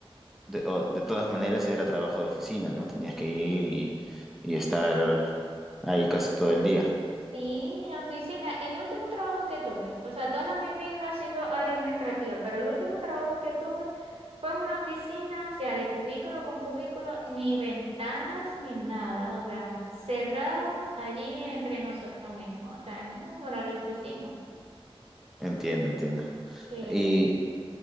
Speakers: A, in the centre; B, on the right.
A: de, o de todas maneras era trabajo de oficina, ¿no? Tenías que ir y, y estar ahí casi todo el día.
B: Sí, en oficina. El último trabajo que tuve, o sea, toda la- mi vida ha sido área administrativa, pero el último trabajo que tuve fue en una oficina, o sea, de cubículo con cubículo, ni ventanas ni nada, o sea, cerrado allí entre nosotros mismos, o sea, en un horario de oficina.
A: Entiendo, entiendo.
B: Eh,
A: Y,